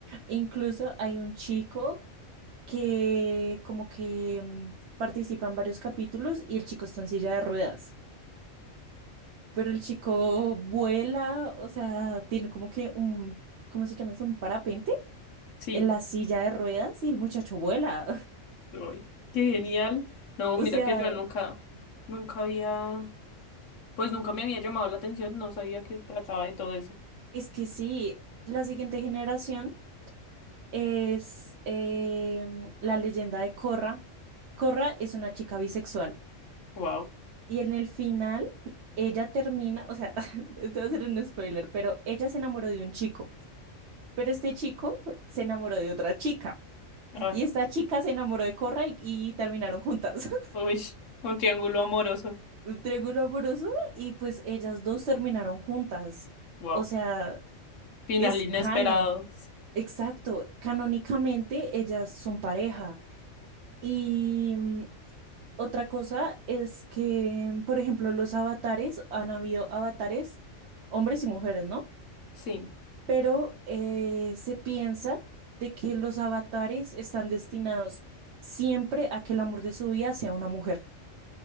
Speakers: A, on the right; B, on the left.
A: incluso hay un chico que como que mm, participa en varios capítulos y el chico está en silla de ruedas. Pero el chico vuela, o sea, tiene como que un, ¿cómo se llama eso? Un parapente
B: Sí,
A: en la silla de ruedas y el muchacho vuela.
B: uy, qué genial. No,
A: O
B: mira
A: sea,
B: que yo nunca, nunca había, pues nunca me había llamado la atención, no sabía que trataba de todo eso.
A: es que sí, la siguiente generación es em, la leyenda de Corra. Corra es una chica bisexual
B: Wow,
A: y en el final ella termina, o sea, <laughs> te voy a hacer un spoiler, pero ella se enamoró de un chico, pero este chico se enamoró de otra chica
B: ay,
A: y esta chica se enamoró de Corra y, y terminaron juntas. <laughs>
B: uy, un triángulo amoroso.
A: Un triángulo amoroso y pues ellas dos terminaron juntas.
B: Wow.
A: O sea,
B: Final
A: es
B: inesperado.
A: canon. Exacto, canónicamente ellas son pareja. Y mm, otra cosa es que, mm, por ejemplo, los avatares, han habido avatares, hombres y mujeres, ¿no?
B: Sí.
A: Pero eh, se piensa de que los avatares están destinados siempre a que el amor de su vida sea una mujer,